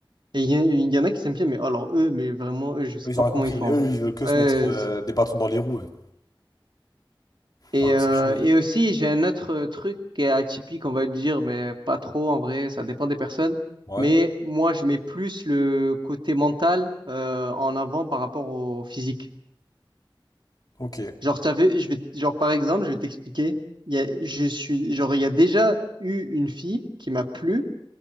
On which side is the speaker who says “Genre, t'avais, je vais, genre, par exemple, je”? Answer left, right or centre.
Right